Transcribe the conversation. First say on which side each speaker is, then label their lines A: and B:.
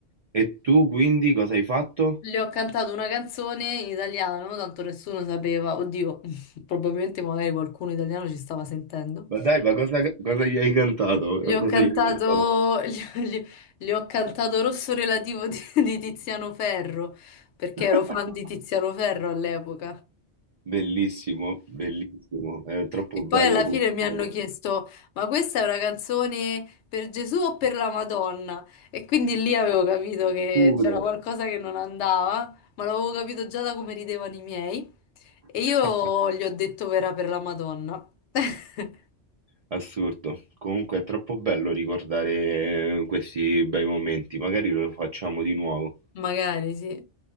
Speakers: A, on the right; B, on the left.
A: e tu quindi cosa hai fatto?
B: Le ho cantato una canzone in italiano, tanto nessuno sapeva, oddio, <laughs> probabilmente magari qualcuno italiano ci stava sentendo.
A: Ma dai, ma cosa, cosa gli hai cantato?
B: Le ho
A: Cosa
B: cantato,
A: gli hai cantato?
B: <laughs> le, le ho cantato Rosso Relativo di, di Tiziano Ferro, perché
A: <laughs>
B: ero fan di Tiziano Ferro all'epoca.
A: Bellissimo, bellissimo, è troppo
B: E
A: bello
B: poi alla
A: comunque.
B: fine mi hanno chiesto, ma questa è una canzone per Gesù o per la Madonna? E quindi lì avevo capito che
A: Pure.
B: c'era qualcosa che non andava, ma l'avevo capito già da come ridevano i miei. E
A: <laughs>
B: io gli ho detto verrà per la Madonna. <laughs>
A: Assurdo. Comunque è troppo bello ricordare eh, questi bei momenti, magari lo facciamo di nuovo.
B: Magari sì.